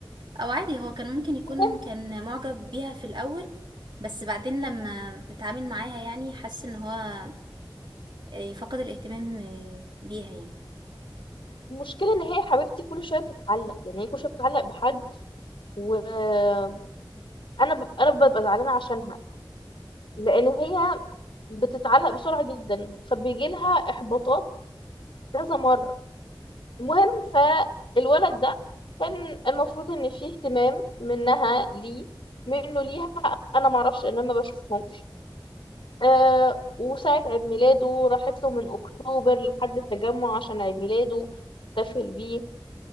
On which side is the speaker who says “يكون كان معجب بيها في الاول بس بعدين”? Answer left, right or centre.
Right